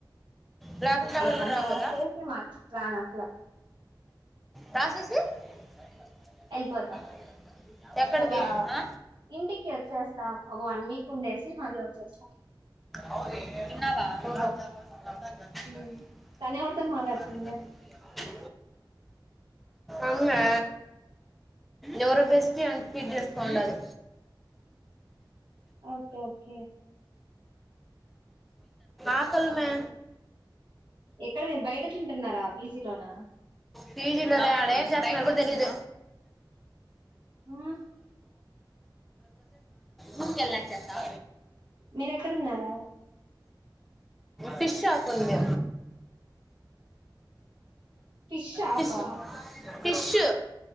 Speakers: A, in the centre; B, on the right.
A: black and cover
B: exams రాసేసి
A: కూడ
B: మళ్ళీ రాను అట్లా
A: <unintelligible>
B: వెళ్ళిపోతా
A: <inaudible> ఎక్కడికి
B: ఒక
A: ఆ
B: ఇంటికి వచ్చేస్తా ఒక వన్ వీక్ ఉండేసి మళ్ళీ వచ్చేస్తా
A: అవునా తన్నావా ాటా జాతి
B: ఉమ్.
A: అగి
B: తను ఎవరితో మాట్లాడుతుంది
A: జ అమ్మా ఎవరో బెస్టీ అని ఫీడ్ చేసుకోనుండాది
B: ఒకే ఒకే
A: అకల్మే
B: ఎక్కడ మీరు బయట తింటున్నారా పీజీలోనా
A: పేజీలో <unintelligible> <unintelligible> తెలిదు
B: ఆ
A: రూమ్ కేలాక చేస్తావ
B: మీరు ఎక్కడ ఉన్నార
A: ఫిష్ షాప్ ఉంది
B: ఫిష్ షాపా
A: పిష్ ఫిష్